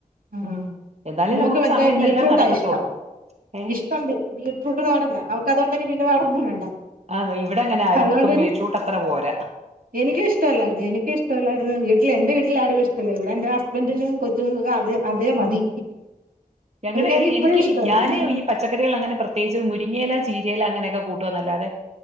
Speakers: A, on the right; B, on the right.
A: ആഹ്
B: എന്നാലെ
A: മോക്ക്
B: നമുക്ക്
A: മറ്റേ
B: സമയത്തെ
A: ബീറ്റ്റൂട്ടാ
B: എല്ലാം നടക്കത്തോളൂ
A: ഇഷ്ടം
B: ഏഹ്
A: <unintelligible> ബീറ്റ്റൂട്ട് തോരനാ അവൾക്ക് അതു ഉണ്ടെങ്കി പിന്നെ വേറെ ഒന്നും വേണ്ട
B: ആന്നോ ഇവിടെ അങ്ങനെ ആർക്കും
A: അതുകൊണ്ട് പിന്നെ
B: ബീറ്റ്റൂട്ട് അത്ര പോരാ
A: എനിക്ക് ഇഷ്ടമല്ലായിരുന്നു എനിക്ക് ഇഷ്ടല്ലായിരുന്നു വീട്ടില് എന്റെ വീട്ടിൽ ആർക്കും ഇഷ്ടല്ല ഇവിടെ എന്റെ ഹസ്ബൻഡിനും കൊച്ചുങ്ങൾക്ക്ക്കെ അതെ അതേ മതി
B: <unintelligible>
A: എനിക്കാണെങ്കി ഇപ്പഴും
B: എനിക്ക്
A: ഇഷ്ടമല്ല
B: ഞാന് പച്ചക്കറികൾ ല്ലാം അങ്ങനെ പ്രത്യേകിച്ച് മുരങ്ങയില ചീരയില അങ്ങനൊക്കെ കൂട്ടുവാന്ന് അല്ലാതെ